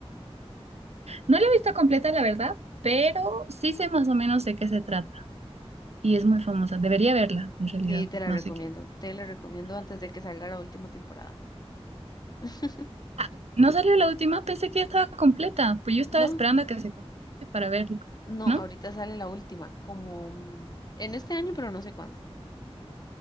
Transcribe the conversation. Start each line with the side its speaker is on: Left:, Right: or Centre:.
Right: No la he visto completa, la verdad, pero sí sé más o menos de qué se trata. Y es muy famosa. Debería verla, en realidad.
Left: Sí, te la
Right: No
Left: recomiendo,
Right: sé qué.
Left: te la recomiendo antes de que salga la última temporada. <laughs>
Right: Ah, no salió la última, pensé que ya estaba completa. Pues yo estaba
Left: No,
Right: esperando a que se complete para verla,
Left: no,
Right: ¿no?
Left: ahorita sale la última, como mm, en este año, pero no sé cuándo.